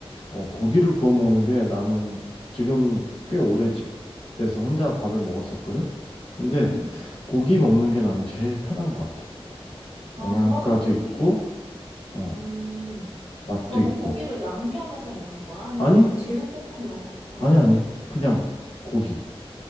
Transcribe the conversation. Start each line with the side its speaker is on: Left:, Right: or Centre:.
Left: 어, 고기를 구워 먹는 게 나는 지금 꽤 오래 집에서 혼자 밥을 먹었었거든? 근데
Right: 음,
Left: 고기 먹는 게 난 제일 편한 것 같아.
Right: 아,
Left: 영양가도
Right: 그러면 고기,
Left: 있고, 어,
Right: 음,
Left: 맛도
Right: 그럼
Left: 있고.
Right: 뭐 고기를 양념해서 먹는 거야? 아니면은
Left: 아니?
Right: 뭐 제육볶음 이런 거? 아니면?
Left: 아니, 아니. 그냥 고기.